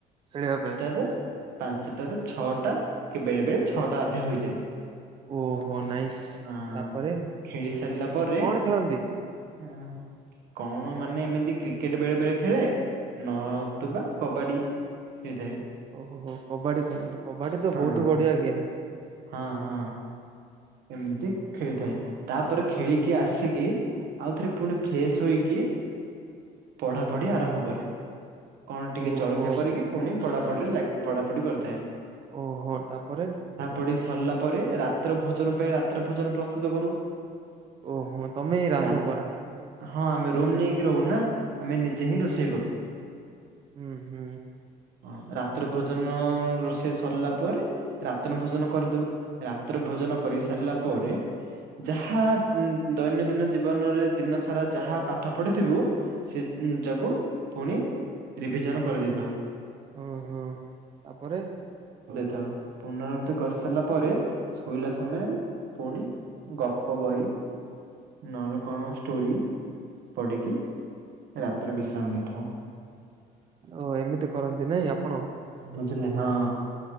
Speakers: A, on the right (about 30°); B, on the right (about 75°).
A: ଖେଳିବା ପାଇଁ
B: ଟାରେ ପାଞ୍ଚଟାରେ ଛଅଟା କି ବେଳେ ବେଳେ ଛଅଟା ଅଧେ ହୋଇଯାଏ।
A: ଓହୋ ନାଇସ୍
B: ହଁ
A: ତାପରେ
B: ଖେଳି ସାରିଲା ପରେ
A: କଣ ଖେଳନ୍ତି?
B: ହ କଣ ମାନେ ଏମିତି କ୍ରିକେଟ ବେଳେ ବେଳେ ଖେଳେ। ନ ତୁବା କବାଡି। ଖେଳିଥାଏ
A: ଓହୋହୋ କବାଡି ଖେଳନ୍ତୁ କବାଡି ତ
B: ହଁ
A: ବହୁତ ବଢିଆ ଗେମ୍।
B: ହଁ ହଁ ଏମିତି ଖେଳିଥାଏ ତାପରେ ଖେଳିକି ଆସିକି ଆଉ ଥରେ ପୁଣି ଫ୍ରେଶ ହୋଇକି ପଢା ପଢି
A: ହୁଁ
B: ଆରମ୍ଭ
A: ହୁଁ
B: କରେ କଣ ଟିକେ
A: ଓହୋ।
B: ଜଳଖିଆ କରିକି ପୁଣି ପଢାପଢି ଲା ପଢାପଢି କରିଥାଏ।
A: ଓହୋ ତାପରେ?
B: ପଢ଼ି ସରିଲା ପରେ ରାତ୍ର ଭୋଜନ ପାଇଁ ରାତ୍ର ଭୋଜନ ପ୍ର ତ କରୁ
A: ଓହୋ ତମେ ରାନ୍ଧ
B: ରା
A: ପରା
B: ହଁ ଆମେ ରୁମ ନେଇକି ରହୁନା ଆମେ ନିଜେ ହିଁ ରୋଷେଇ କରୁ।
A: ହୁଁ ହୁଁ।
B: ହଁ ରାତିରେ ଭୋଜନ ରୋଷେଇ ସରିଲା ପରେ ରାତିରେ ଭୋଜନ କରିଦଉ ରାତ୍ର ଭୋଜନ କରି ସାରିଲା ପରେ ଯାହା ଦୈନନ୍ଦିନ ଜୀବନରେ ଦିନ ସାରା ଯାହା ପାଠ ପଢିଥିବୁ ସେ ନି ଯକୁ ପୁଣି ରିଭିଜନ କରିଦେଇଥାଉ।
A: ଓଁ ହଁ ତାପରେ
B: ପୁନବତି କରିସାରିଲା ପରେ ଶୋଇଲା ସମୟରେ ପୁଣି ଗପ ବହି ନ କଣ ଷ୍ଟୋରି ପଢ଼ିକି ରାତିରେ ବିଶ୍ରାମ ନେଇଥାଉ।
A: ଓ ଏମିତି କରନ୍ତି ନାଇଁ ଆପଣ?
B: ବୁଝିଲ ହଁ